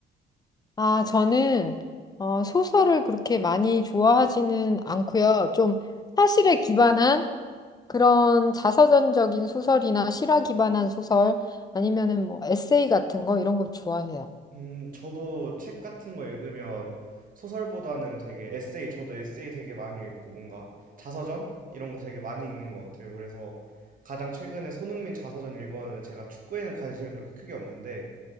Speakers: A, on the left (about 20°); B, on the right (about 45°).
A: 아, 저는, 어, 소설을 그렇게 많이 좋아하지는 않고요. 좀 사실에 기반한 그런 자서전적인 소설이나 실화 기반한 소설, 아니면은 뭐 에세이 같은 거, 이런 거 좋아해요.
B: 음, 저도 책 같은 거 읽으면 소설보다는 되게 에세이, 저도 에세이 되게 많이 읽고 뭔가 자서전? 이런 거 되게 많이 읽는 것 같아요. 그래서 가장 최근에 손흥민 자서전 읽었는데 제가 축구에는 관심이 그렇게 크게 없는데